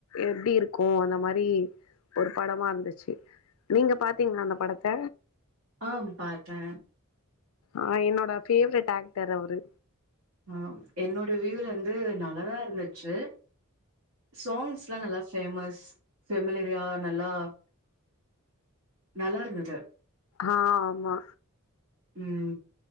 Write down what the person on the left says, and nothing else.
எப்டி இருக்கு அந்த மாரி ஒரு படமா இருந்துச்சு நீங்க பாத்தீங்ளா அந்த படத்த
ஆ என்னோட ஃபேவரெட் ஆக்டர் அவரு
ஆ ஆமா